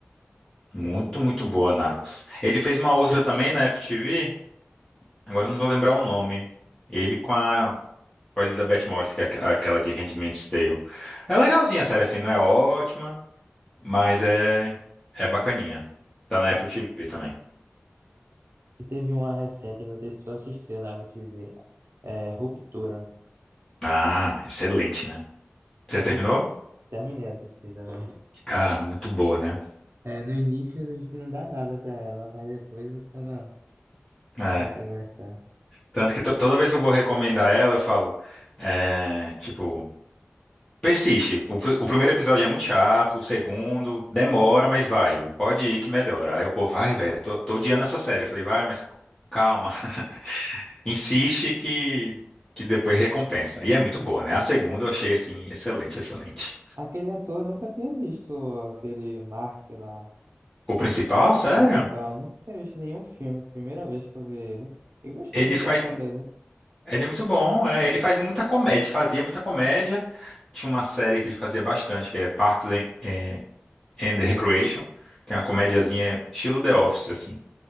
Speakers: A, on the left (about 20°); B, on the right (about 85°).
A: Muito,
B: pois é.
A: muito boa, Narcos. Ele fez uma outra também na Apple TV, agora eu não vou lembrar o nome. Ele com a, com a Elizabeth Moss, que é aqu- aquela de Handmaid's Tale. É legalzinha a série, assim, não é ótima, mas é, é bacaninha. Tá na Apple TV também.
B: E teve uma recente, não sei se tu assistiu na TV, é, Ruptura.
A: Ah, excelente, né? Você
B: Tu
A: terminou?
B: assisti... Terminei de assistir também.
A: Cara, muito boa, né?
B: É, no início a gente não dá nada pra ela, mas depois o cara
A: É.
B: começa a gostar.
A: Tanto que to- toda vez que eu vou recomendar ela, eu falo, é, tipo. Persiste. O, pr- o primeiro episódio é muito chato, o segundo demora, mas vai, pode ir que melhora. Aí o povo, ai, velho, tô, tô odiando essa série. Eu falei, vai, mas calma, <laughs> insiste que, que depois recompensa. E é muito boa, né? A segunda eu achei, assim, excelente, excelente.
B: Aquele ator nunca tinha visto aquele Mark lá,
A: O principal, sério,
B: o principal, nunca tinha visto nenhum filme, primeira vez que eu vi ele. Eu gostei
A: ele
B: da atuação
A: faz,
B: dele.
A: ele é muito bom, é, ele faz muita comédia, ele fazia muita comédia. Tinha uma série que ele fazia bastante, que é Parks and, eh, and Recreation, que é uma comédiazinha estilo The Office, assim.